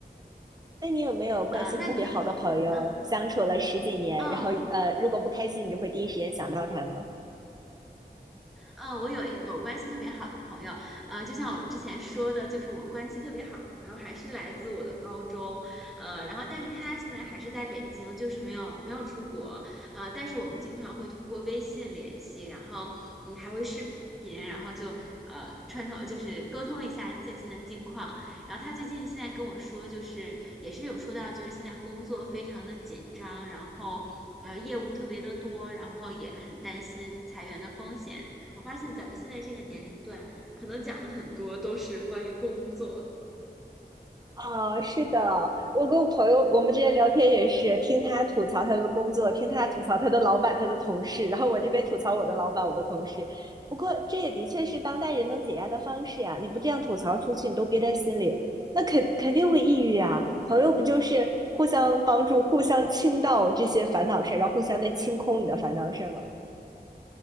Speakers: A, on the right (about 25°); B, in the centre.
A: 那你有没有关系特别好的朋友，
B: 呃，那你的朋，啊，
A: 相处了十几年，
B: 哦。
A: 然后呃，如果不开心，你就会第一时间想到他呢？
B: 呃，我有有关系特别好的朋友，呃，就像我之前说的，就是我关系特别好的朋友还是来自我的高中，呃，然后但是他现在还是在北京，就是没有没有出国，呃，但是我们经常会通过微信联系，然后嗯还会视频，然后就呃串通就是沟通一下最近的近况，然后他最近现在跟我说，就是也是有说到，就是现在工作非常的紧张，然后。呃，业务特别的多，然后也很担心裁员的风险，我发现咱们现在这个年龄段，可能讲的很多都是关于工作。
A: 啊，是的，我跟我朋友，我们之前聊天也是听他吐槽他的工作，听他吐槽他的老板、他的同事，然后我这边吐槽我的老板、我的同事。不过这也的确是当代人能解压的方式呀、你不这样吐槽出去，你都憋在心里，那肯肯定会抑郁呀、朋友不就是互相帮助、互相倾倒这些烦恼事儿，然后互相在清空你的烦恼事儿吗？